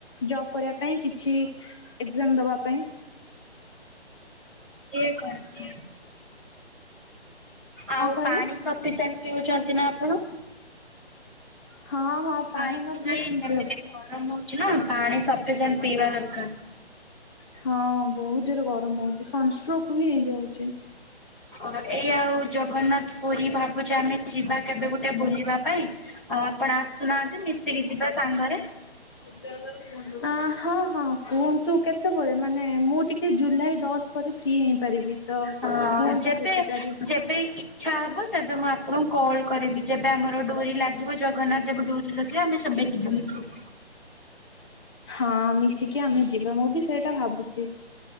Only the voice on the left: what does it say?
ଜବ୍ କରିବା ପାଇଁ କିଛି ଏଗଜାମ୍‌ ଦବା ପାଇଁ।
ହ
କହିଲେ
ହଁ ହଁ ପାଣି
ନ ପିଲେ
କେମତି
ହବ।
ହଁ ବହୁତ୍ ଜୋର୍ ରେ ଗରମ ହଉଛି ସନ୍‌ଷ୍ଟ୍ରକ୍ ବି ହୋଇଯାଉଛି।
ଯାଉ <unintelligible> ଅ ହଁ ହଁ କୁହନ୍ତୁ କେତେବେଳେ ମାନେ ମୁଁ ଟିକେ ଜୁଲାଇ ଦଶ ପରେ ଫ୍ରି ହେଇପାରିବି। ତ
କୁହନ୍ତୁ
କେତେଟାରେ
ହଁ ମିଶିକି ଆମେ ଯିବା ମୁଁ ବି ସେଇଟା ଭାବୁଛି।